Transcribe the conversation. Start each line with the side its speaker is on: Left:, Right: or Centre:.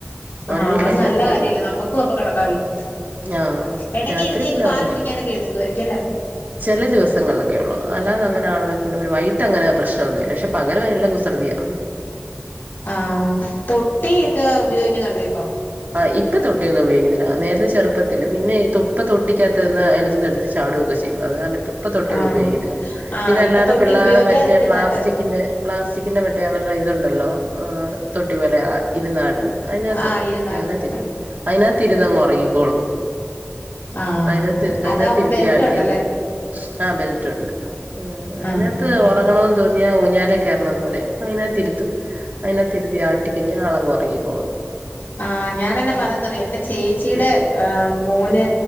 Left: ആഹ്
Right: ഒറങ്ങിക്കഴിഞ്ഞാ
Left: അത് നല്ല
Right: പിന്നെ
Left: കാര്യല്ലേ
Right: കുഴപ്പില്ലാ
Left: നമ്മുക്കും അപ്പൊ കിടക്കാല്ലോ
Right: ആഹ്
Left: ഇടയ്ക്ക്
Right: രാത്രി
Left: എഴുന്നേക്ക്
Right: പിന്നെ
Left: പാല്
Right: ഉറങ്ങോ
Left: കുടിക്കാനൊക്കെ എഴുന്നേക്കുവായിരിക്കും അല്ലേ
Right: ചില ദിവസങ്ങളിലൊക്കെ ഉള്ളു അല്ലാതെ അങ്ങന ആളെ കൊണ്ട് വൈകട്ട് അങ്ങനെ പ്രശ്ന നോന്നുല്ല പക്ഷെ പകല് നല്ല കുസൃതിയ
Left: ആഹ് തൊട്ടി ഒക്കെ ഉപയോഗിക്കുന്നുണ്ടോ ഇപ്പൊ?
Right: ആഹ് ഇപ്പ തൊട്ടിയൊന്നും ഉപയോഗിക്കുന്നില്ല നേരത്തെ ചെറുപ്പത്തില് പിന്നെ ഇപ്പ തൊട്ടിക്കാത്ത് നിന്നാ അതിനകത്ത്നിന്ന് എടു ത്തു ചാടുവൊക്കെ ചെയ്യും അത് കാരണം ഇപ്പം ഇപ്പൊ തൊട്ടിയ
Left: ആഹ്
Right: ഒന്നും ഉപയോഗിക്കത്തില്ല
Left: ആഹ്
Right: പിന്നെ അല്ലാരുടെ
Left: ഇപ്പൊ തൊട്ടി
Right: പിള്ളേരെടെ
Left: ഉപയോഗിക്കാതിരിക്കുന്നല്ലേ
Right: മറ്റേ പ്ലാസ്റ്റിക്കിന്റെ പ്ലാസ്റ്റിക്കിന്റെ മറ്റേ അവരുടെ ഇതുണ്ടല്ലോ ഹെ തൊട്ടി പോലെ ഇരുന്ന് നാട് ന്ന അതിനകത്ത്
Left: ആഹ് ഇരുന്നാടന്ന്
Right: അതിനകത്തിരുത്ത് അതിനകത്ത് ഇരുന്നങ്ങ് ഉറങ്ങിക്കോളും
Left: ആഹ്
Right: അതിനകത്ത് അതിനക
Left: അതാവുമ്പോ
Right: തിരുത്തി
Left: ബെൽറ്റ്
Right: ആട്ടിയാ
Left: ഉണ്ടല്ലേ
Right: മതി ആ ബെൽറ്റ് ഉണ്ട് ആ അയ്നകത്ത്
Left: ആഹ്
Right: ഒ ഉറങ്ങണന്ന് തോന്നിയാൽ ഊഞ്ഞാല കേറണംന്ന് പറയാ പ്പ അയിനകതിരുത്തും അയിനെത്തിരുതി ആട്ടിക്കഴിഞ്ഞാൽ ആളങ്റങ്ങിക്കോളും
Left: ആ് ഞാൻന്നെ പറയറന്ന് അറിയോ എൻന്റെ ചേച്ചിയുടെ
Right: ഉം
Left: മോന്